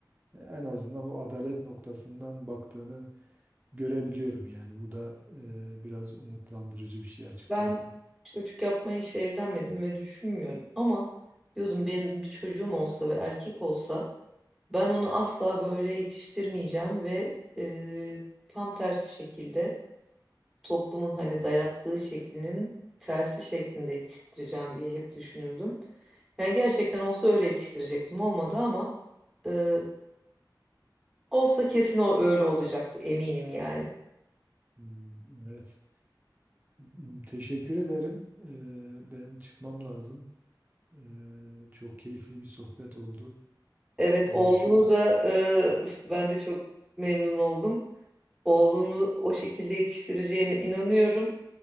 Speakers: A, on the right; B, in the centre.
A: e, en azından o adalet noktasından baktığını görebiliyorum yani. Bu da e, biraz umutlandırıcı bir şey açıkçası.
B: ben çocuk yapmaya işte evlenmedim ve düşünmüyordum. Ama diyordum benim bir çocuğum olsa ve erkek olsa Ben onu asla böyle yetiştirmeyeceğim ve e, tam tersi şekilde toplumun hani dayattığı şeklinin tersi şeklinde yetiştireceğim diye hep düşünürdüm. Yani gerçekten olsa öyle yetiştirecektim olmadı ama e, olsa kesin o öyle olacaktı eminim yani.
A: Hmm, Evet. M- Teşekkür ederim. E, ben çıkmam lazım. Ee, çok keyifli bir sohbet oldu.
B: Evet
A: Görüşürüz.
B: oğlunu da e, üf, ben de çok memnun oldum. Oğlunu o şekilde yetiştireceğine inanıyorum.